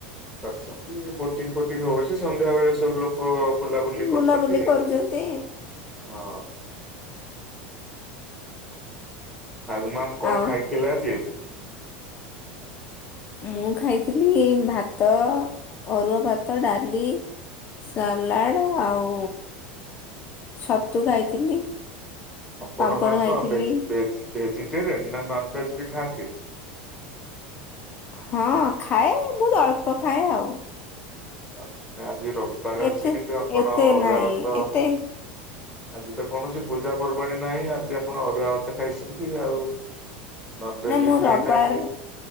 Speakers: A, in the centre; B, on the left.
A: କରିଛନ୍ତି ବୋଟିଂ ଫୋଟିଂ ହଉଛି ସନ୍ଧ୍ୟା ବେଳେ ସବୁ ଲୋକ ଲୋକ ବୁଲାବୁଲି କରୁଚନ୍ତି
B: ବୁଲାବୁଲି କରୁଛନ୍ତି।
A: ହଁ। ଆଗୁ ମାମ କଣ
B: ଆଉ
A: ଖାଇଥିଲେ ଆଜି?
B: ମୁଁ ଖାଇଥିଲି ଭାତ ଅରୁଆ ଭାତ, ଡାଲି। ସାଲାଡ ଆଉ ଛତୁ ଖାଇଥିଲି।
A: ଆପଣ
B: ପାମ୍ପଡ଼
A: ମା ମ
B: ଖାଇଥିଲି।
A: କଣ ଭେ ଭେ ଭେଜିଟେରେ ନା ନନ ଭେଜ ବି ଖାଆନ୍ତି?
B: ହଁ ଖାଏ ବହୁତ ଅଳ୍ପ ଖାଏ ଆଉ।
A: ଅଛି ନା ଆଜି ରବିବାର
B: ଏତେ
A: ଅଛି କିନ୍ତୁ ଆପଣ
B: ଏତେ
A: ଅରୁଆ
B: ନାଇଁ
A: ଭାତ
B: ଏତେ
A: ଆଜି ତ କୌଣସି ପୂଜା ପର୍ବାଣୀ ନାହିଁ ଆଜି ଆପଣ ଅରୁଆ ଭାତ ଖାଇଛନ୍ତି ଆଉ। <inaudible>
B: ନା, ମୁଁ
A: ବି ଖାଇନାହାନ୍ତି
B: ରବାର,